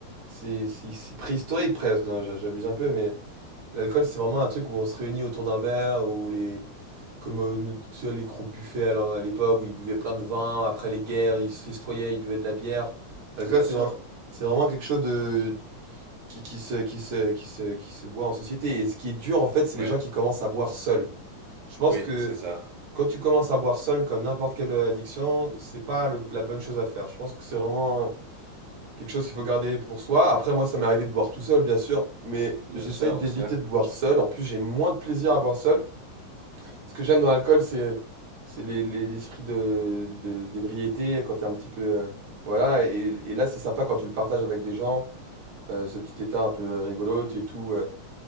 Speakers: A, on the right; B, on the right.
A: c'est c'est c'est préhistorique presque, non, j'a j'abuse un peu, mais l'alcool, c'est vraiment un truc où on se réunit autour d'un verre, ou les comme, heu, tu vois, les gros buffets à à l'époque où ils buvaient plein de vin, après les guerres, ils se festoyaient, ils buvaient de la bière. L'alcool,
B: Bien
A: c'est
B: sûr.
A: vraiment c'est vraiment quelque chose de qui, qui se, qui se, qui se, qui se boit en société. Et ce qui est dur, en fait, c'est
B: Ouais.
A: les gens qui commencent à boire seuls. Je pense
B: Oui,
A: que
B: c'est ça.
A: quand tu commences à boire seul, comme n'importe quelle addiction, c'est pas le- la bonne chose à faire. Je pense que c'est vraiment quelque chose qu'il faut garder pour soi. Après, moi, ça m'est arrivé de boire tout seul, bien sûr, mais
B: Bien
A: j'essaye
B: sûr,
A: d'éviter
B: aussi.
A: de boire seul. En plus, j'ai moins de plaisir à boire seul. Ce que j'aime dans l'alcool, c'est c'est les- les- l'esprit de, de- d'ébriété, quand t'es un petit peu... euh, voilà, et, et là, c'est sympa quand tu le partages avec des gens, euh, ce petit état un peu euh, rigolo, tu es tout... euh,